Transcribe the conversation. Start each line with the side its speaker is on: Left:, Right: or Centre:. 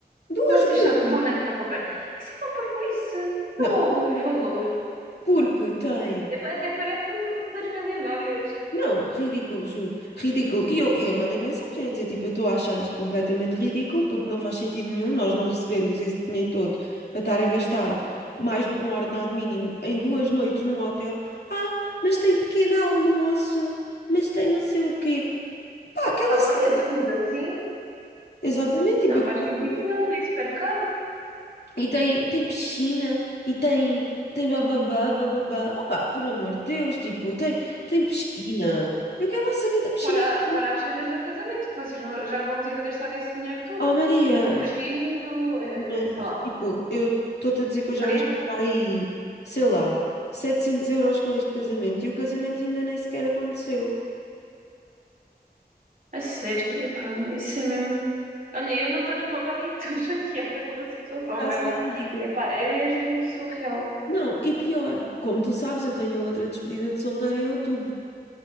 Left: Duas
Right: Vocês
Left: noites.
Right: são- vão nessa conversa. Isso é uma parvoíce.
Left: Não,
Right: Olha lá o valor.
Left: porque tem.
Right: Até até parecem que são todas milionárias.
Left: Não, ridículo, juro, ridículo. E eu, e eu mandei mensagem a dizer, tipo, eu estou a achar isto completamente ridículo porque não faz sentido nenhum, nós não recebemos esse dinheiro todo para estar a gastar mais do que um ordenado mínimo em duas noites num hotel. Ah, mas tem pequeno almoço, mas tem não sei o quê. Pá, aquela
Right: Está
Left: cena.
Right: bem, então, mas assim
Left: Exatamente, tipo,
Right: não
Left: eu
Right: faz
Left: quero
Right: sentido
Left: saber.
Right: nenhum, é super caro.
Left: E tem, tem piscina, e tem, tem bababá, bababá. Opá, por amor de Deus, tipo, tem, tem piscina. Eu quero lá saber da piscina
Right: Fora,
Left: para...
Right: fora as cenas do casamento, que vocês vão- já vão ter de gastar esse dinheiro todo.
Left: Oh Maria,
Right: Tipo o vestido, eh,
Left: Mas,
Right: sei lá,
Left: tipo, eu estou-te a dizer que eu já
Right: prenda.
Left: gastei para aí, sei lá, 700 euros com este casamento e o casamento ainda nem sequer aconteceu.
Right: A sério, epá, isso é mesmo. Olha, eu não estou na tua pele e estou <laughs> chateada com a situação,
Left: Está
Right: vê
Left: a ser
Right: lá.
Left: ridículo.
Right: Epá, é mesmo surreal.
Left: Não, e pior, como tu sabes, eu tenho outra despedida de solteiro em outubro,